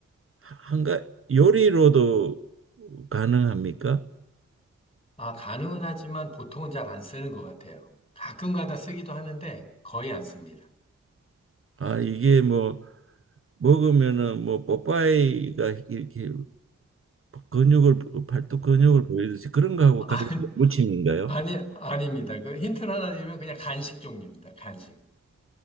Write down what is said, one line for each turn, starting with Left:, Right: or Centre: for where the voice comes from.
Right: 한가 요리로도 가능합니까?
Left: 아, 가능은 하지만 보통은 잘 안 쓰는 것 같아요. 가끔가다 쓰기도 하는데 거의 안 씁니다.
Right: 아, 이게 뭐 먹으면은 뭐 뽀빠이가 이렇게 이렇게 근육을 팔뚝 근육을 보이듯이 그런 거하고
Left: 아니,
Right: 간식 무침인가요?
Left: 아니, 아닙니다. 그 힌트를 하나 드리면 그냥 간식 종류입니다. 간식.